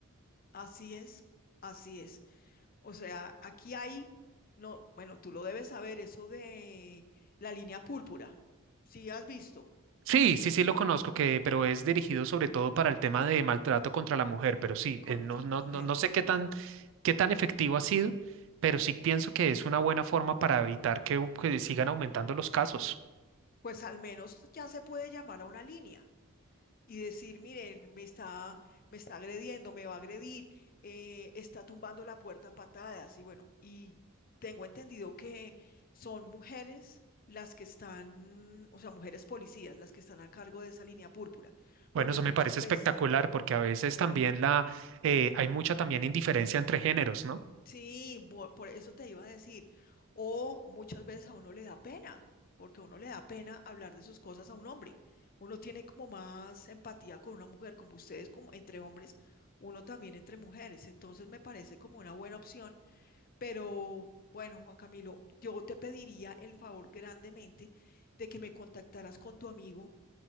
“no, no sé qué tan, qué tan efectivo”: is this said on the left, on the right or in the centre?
Right